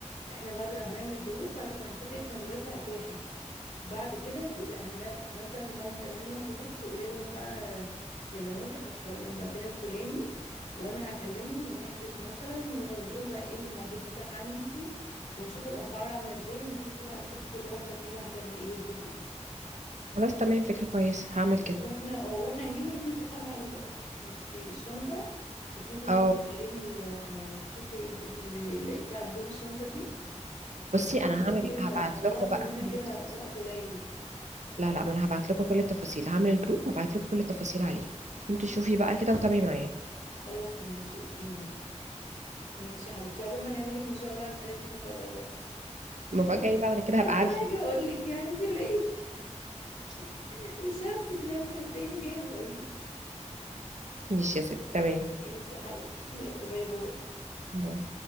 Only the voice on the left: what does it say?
احنا بعد هنعمل الجروب بعد ما نتفق احنا دلوقتي على كل حاجة بعد كده تقولي هن... مثلا بعد ما تعملي لنا الجروب تقولي لهم بقى يا بنات احنا اخترنا المكان الفلاني وانا هكلمهم ونحجز مثلا ونقول بقى ايه اللي موجود متاح عنده ونشوف الاسعار عامله ازاي ونبتدي بقى نشوف كل واحده فينا هتعمل ايه وتجيب ايه
واحنا اه واحنا هنجيب اللي احنا اتفقنا عليه بقى انت الشنطه تبتدي برضه
تكلمي ال- آه، تشوفي البيج اللي لقيتيه عندهم الشنطه دي وتشوفي
هتخلص
امتى
مش تلاحظي
ان احنا
كده
وقت قليل
خلاص ماشي اوكي ماشي ماشي يا حبيبتي عقبال ما نعمل لك ان شاء الله عيد ميلادك مفاجاه برضه
اصل
أنا هاجي اقول لك يعني تلاقي <laughs> مش همسك نفسي هتلاقيني جايه بقول لك
ماشي يا حبيبتي يلا باي باي